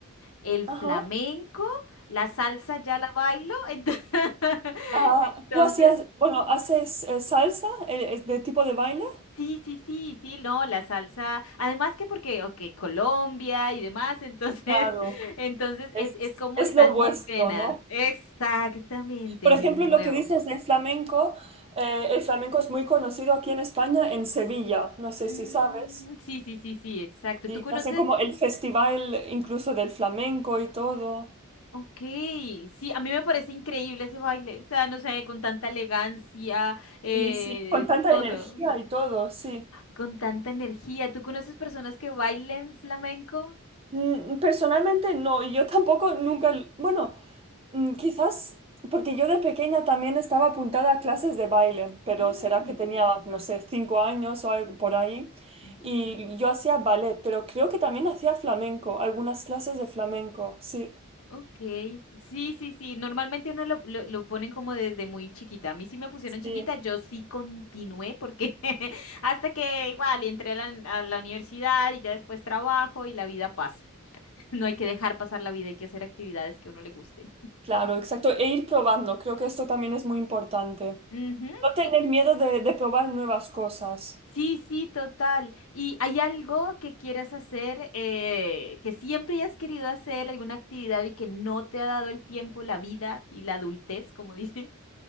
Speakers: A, on the left; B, on the right.
A: el flamenco,
B: Ajá.
A: la salsa ya la bailo, entonces, <laughs>
B: Ah,
A: entonces,
B: ¿tú hacías, bueno, haces eh, salsa, eh, eh, de tipo de baile?
A: sí, sí, sí, sí, no, la salsa, además que porque, ok, Colombia y demás, entonces,
B: Claro.
A: <laughs> entonces
B: Es,
A: es, es como
B: es
A: están
B: lo vuestro,
A: mis venas,
B: ¿no?
A: exactamente,
B: Por
A: me
B: ejemplo,
A: muevo.
B: lo que dices del flamenco, eh, el flamenco es muy conocido aquí en España, en Sevilla, no sé
A: Mm,
B: si sabes.
A: sí, sí, sí, sí, exacto.
B: Y
A: ¿Tú conoces?
B: hacen como el festival incluso del flamenco y todo.
A: Ok, sí, a mí me parece increíble ese baile, o sea, no sé, con tanta elegancia, eh,
B: Y sí, con tanta
A: todo.
B: energía y todo, sí.
A: Con tanta energía. ¿Tú conoces personas que bailen flamenco?
B: Mm, Personalmente no, y yo tampoco nunca, l- bueno, mm, quizás porque yo de pequeña también estaba apuntada a clases de baile, pero
A: Mm,
B: será que tenía, no sé, cinco años o algo por ahí,
A: ujú,
B: y yo hacía ballet, pero creo que también hacía flamenco, algunas clases de flamenco, sí,
A: ok. Sí, sí, sí. Normalmente uno lo, lo, lo ponen como desde muy chiquita. A mí sí me pusieron chiquita,
B: sí,
A: yo sí continué porque <laughs> hasta que igual entré a la, a la universidad y ya después trabajo y la vida pasa. <laughs> No hay que dejar pasar la vida, hay que hacer actividades que a uno le gusten.
B: claro, exacto, e ir probando, creo que esto también es muy importante.
A: Ujú.
B: No
A: ¿Qué,
B: tener miedo de, de probar nuevas cosas.
A: Sí, sí, total. ¿Y hay algo que quieras hacer, eh, que siempre hayas querido hacer, alguna actividad y que no te ha dado el tiempo, la vida y la adultez, como <laughs> dice?